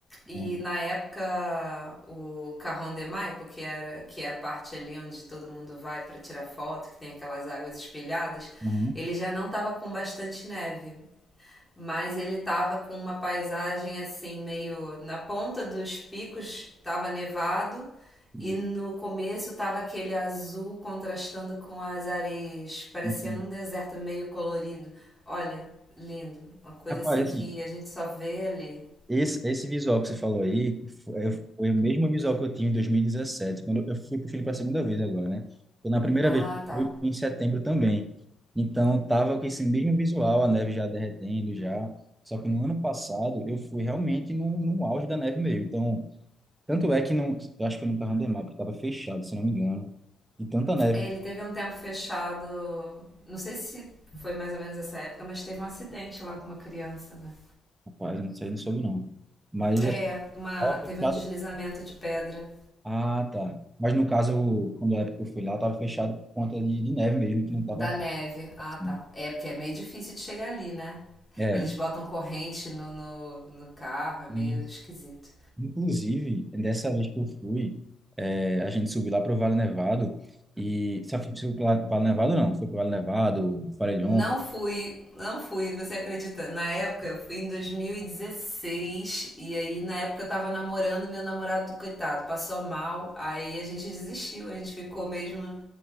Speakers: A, in the centre; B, on the right (about 25°).
A: e
B: Uhum.
A: na época o Cajón de Maipo, que era, que é a parte ali onde todo mundo vai para tirar foto, que tem aquelas águas espelhadas,
B: Uhum.
A: ele já não estava com bastante neve. Mas ele tava com uma paisagem assim, meio na ponta dos picos, tava nevado
B: E-
A: e no começo tava aquele azul contrastando com as areias, parecendo
B: uhum.
A: um deserto meio colorido. Olha, lindo. Uma coisa
B: Rapaz,
A: assim
B: assim,
A: que a gente só vê ali.
B: esse, esse visual que você falou aí foi, foi o mesmo visual que eu tinha em 2017, quando eu fui para o Chile para a segunda vez agora, né? Então, na primeira
A: Ah,
B: vez que eu
A: tá.
B: fui em setembro também. Então, tava com esse mesmo visual, a neve já derretendo, já. Só que no ano passado eu fui realmente no, no auge da neve mesmo. Então, Tanto é que não, eu acho que eu nunca andei mais, porque estava fechado, se não me engano. E tanta neve,
A: É, ele teve um tempo fechado. Não sei se foi mais ou menos essa época, mas teve um acidente lá com uma criança, né?
B: rapaz, isso aí não soube não. Mas
A: É,
B: assim,
A: uma,
B: tava
A: teve
B: fechado.
A: um deslizamento de pedra
B: Ah, tá. Mas no caso, quando a época que eu fui lá, estava fechado por conta de, de neve mesmo, que não estava
A: da
B: na
A: neve. Ah,
B: parte,
A: tá.
B: né?
A: É, porque é meio difícil de chegar ali, né?
B: É,
A: Eles botam corrente no, no, no carro, é
B: e
A: meio esquisito.
B: inclusive, dessa vez que eu fui, é, a gente subiu lá para o Vale Nevado, e sabe se foi para Vale Nevado não, foi para o Vale Nevado, Farelhões,
A: Não fui, não fui, você acredita? Na época, eu fui em 2016 e dezesseis e aí na época eu tava namorando, meu namorado, coitado, passou mal, aí a gente desistiu, a gente ficou mesmo,